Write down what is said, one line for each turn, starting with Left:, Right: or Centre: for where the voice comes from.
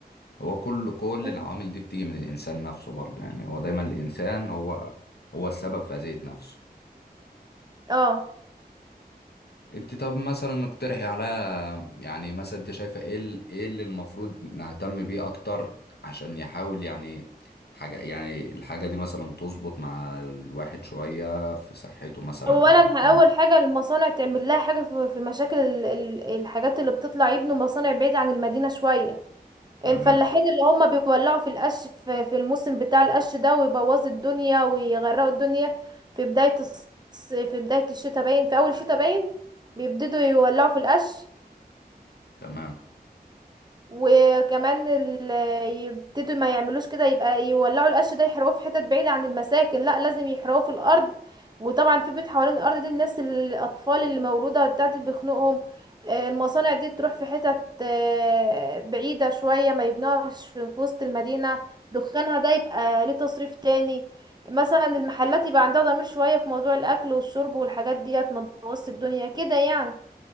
Left: هو كل كل
Right: مم.
Left: العوامل دي بتيجي من الانسان نفسه برضو يعني هو دايما الانسان هو هو السبب في اذية نفسه
Right: اه
Left: انت طب مثلا اقترحي على يعني مثلا انت شايفه ايه ال- ايه اللي المفروض نهتم بيه اكتر عشان يحاول يعني حاجه يعني الحاجه دي مثلا تظبط مع الواحد شويه في صحته مثلا
Right: اولا
Left: او يهتم
Right: ه- اول حاجه المصانع تعمل لها حاجه في في مشاكل ال- ال- الحاجات اللي بتطلع يبنوا مصانع بعيد عن المدينه شويه
Left: تمام
Right: الفلاحين اللي هم بيولعوا في القش في في الموسم بتاع القش ده ويبوظوا الدنيا ويغرقوا الدنيا في بدايه الص- في بدايه الشتاء باين في اول الشتاء باين بيبتدوا يولعوا في القش
Left: تمام
Right: وكمان ال- يبتدوا ما يعملوش كده يبقى يولعوا القش ده يحرقوه في حتت بعيدة عن المساكن لا لازم يحرقوه في الأرض وطبعا في بيت حوالين الأرض دي الناس الأطفال اللي مولودة بتاعت بيخنقهم آه، المصانع دي تروح في حتت آه، بعيدة شوية ما يبنوهاش في في وسط المدينة دخانها ده يبقى ليه تصريف تاني مثلا المحلات يبقى عندها ضمير شوية في موضوع الأكل والشرب والحاجات ديت ما تبوظش الدنيا كده يعني